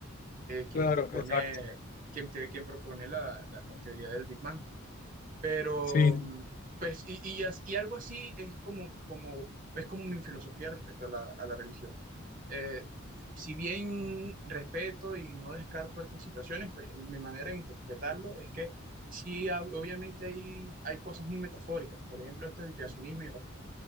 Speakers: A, on the right; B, on the left.
A: eh, quien
B: Claro,
A: propone,
B: exacto.
A: quien, te- quien propone la, la- la teoría del Big Bang. Pero,
B: Sí,
A: mm, pues, y, y, as- y algo así es como, como, es como mi filosofía respecto a la, a la religión. Eh, si bien respeto y no descarto estas situaciones, pues mi manera de interpretarlo es que sí, ob- obviamente hay, hay cosas muy metafóricas. Por ejemplo, este del creacionismo y la